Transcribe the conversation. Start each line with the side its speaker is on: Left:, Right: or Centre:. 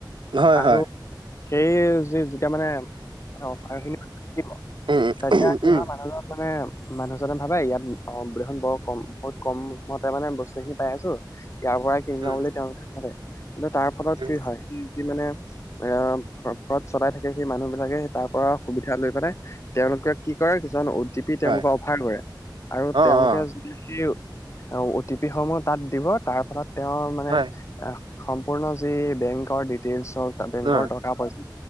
Right: হয়
Left: আৰু
Right: - হয়।
Left: সেই যে- যেতিয়া মানে অফাৰখিনি <inaudible>
Right: উম
Left: তেতিয়া
Right: উম
Left: কি
Right: উম
Left: হয় মানুহজন মানে মানুহজনে ভাবে ইয়াত অ' দেখোন বৰ কম- বহুত কমতে মানে বস্তুখিনি পাই আছোঁ। ইয়াৰ পৰাই কিনি
Right: উম
Left: লওঁ বুলি তেওঁলোকে ভাবে। কিন্তু তাৰ ফলত
Right: উম
Left: কি হয়, সি যি মানে এ ফ্ৰ- ফ্ৰোড চলাই থাকে, সেই মানুহবিলাকে সেই তাৰ পৰা সুবিধা লৈ পেলাই, তেওঁলোকে কি কৰে, কিছুমান অ' টি পি তেওঁলোকে
Right: হয়
Left: অফাৰ কৰে। আৰু
Right: অ
Left: তেওঁলোকে
Right: অ
Left: যদি সি অ' টি পিসমূহ তাত দিব, তাৰ ফলত তেওঁৰ মানে
Right: হয়
Left: সম্পূৰ্ণ যি বেংকৰ ডিটেইলছ হওঁক, বেংকৰ
Right: অ
Left: টকা-পইচা,